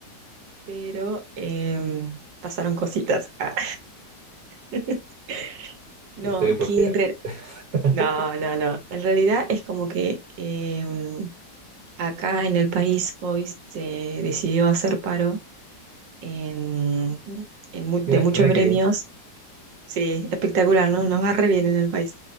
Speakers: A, on the right; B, on the right.
A: pero em, pasaron cositas. Ah. <laughs> No,
B: Estoy flojera.
A: que en re-
B: <laughs>
A: no, no, no. En realidad es como que em, acá en el país hoy se decidió hacer paro en, en mu-
B: Mira,
A: de muchos
B: mira
A: gremios
B: qué bien,
A: Sí, espectacular, ¿no? Nos va re bien en el país.